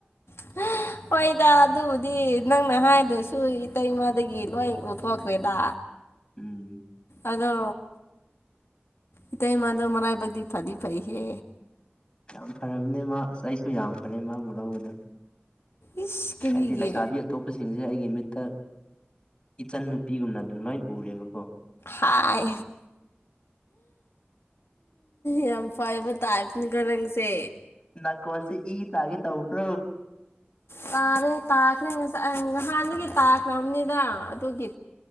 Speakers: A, on the left; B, on the left.
A: <inaudible> ꯍꯣꯏꯗ ꯑꯗꯨꯕꯨꯗꯤ ꯅꯪꯅ ꯍꯥꯏꯗ꯭ꯔꯁꯨ ꯏꯇꯩꯃꯗꯒꯤ ꯂꯣꯏ ꯎꯊꯣꯛꯈ꯭ꯔꯦꯗ
B: ꯎꯝ
A: ꯑꯗꯣ ꯏꯇꯩꯃꯥ ꯑꯗꯣ ꯃꯔꯥꯏꯕꯛꯗꯤ ꯐꯥꯗꯤ ꯐꯩꯍꯦ
B: ꯌꯥꯝ ꯐꯔꯕꯅꯦ ꯃꯥ ꯑꯁ ꯑꯩꯁꯨ ꯌꯥꯝ ꯐꯔꯦ ꯃꯥꯕꯨ ꯂꯧꯕꯗ
A: ꯏꯁ ꯀꯔꯤꯒꯤ
B: ꯍꯥꯏꯗꯤ ꯂꯩꯁꯥꯕꯤ ꯑꯇꯣꯞꯄꯁꯤꯡꯁꯦ ꯑꯩꯒꯤ ꯃꯤꯠꯇ ꯏꯆꯟ ꯅꯨꯄꯤꯒꯨꯝꯅ ꯑꯗꯨꯝ ꯂꯣꯏ ꯎꯔꯦꯕꯀꯣ
A: ꯍꯥꯏ ꯌꯥꯝ ꯐꯔꯦꯕ ꯇꯥꯥꯏꯅꯤꯀꯣ ꯅꯪꯁꯦ
B: ꯅꯥꯀꯣꯟꯁꯦ ꯏ ꯇꯒꯦ ꯇꯥꯎ <inaudible>
A: ꯇꯥꯔꯦ ꯇꯥꯈ꯭ꯔꯦ ꯉꯁꯥꯏ ꯅꯍꯥꯟꯗꯒꯤ ꯇꯥꯈ꯭ꯔꯕꯅꯤꯗ ꯑꯗꯨꯒꯤ